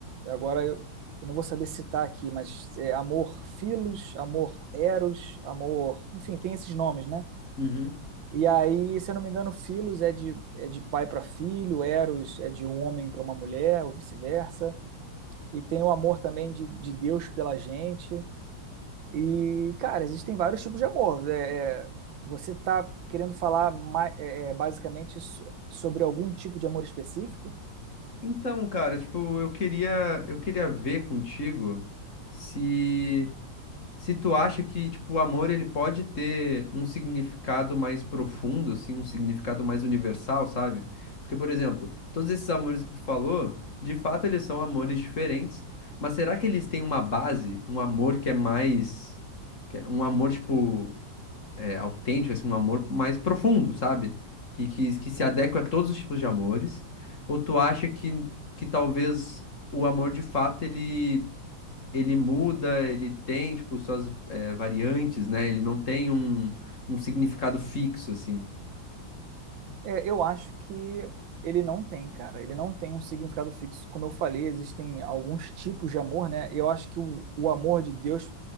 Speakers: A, on the right; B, on the left.
A: Agora eu, eu não vou saber citar aqui, mas é amor filos, amor eros, amor, enfim, tem esses nomes, né?
B: Uhum.
A: E aí, se eu não me engano, Filos é de, é de pai para filho, Eros é de um homem para uma mulher, ou vice-versa. E tem o amor também de, de Deus pela gente. E, cara, existem vários tipos de amor. É, é, você tá querendo falar ma- é, é, basicamente so- sobre algum tipo de amor específico?
B: Então, cara, tipo, eu queria, eu queria ver contigo se se tu acha que, tipo, o amor ele pode ter um significado mais profundo, assim, um significado mais universal, sabe? Porque, por exemplo, todos esses amores que tu falou, de fato eles são amores diferentes, mas será que eles têm uma base, um amor que é mais que é um amor tipo é, autêntico, assim, um amor mais profundo, sabe? Que, que, que se adequa a todos os tipos de amores? Ou tu acha que, que talvez o amor de fato ele, ele muda, ele tem, tipo, suas é, variantes, né? Ele não tem um, um significado fixo, assim.
A: É, eu acho que ele não tem, cara. Ele não tem um significado fixo. Como eu falei, existem alguns tipos de amor, né? Eu acho que o, o amor de Deus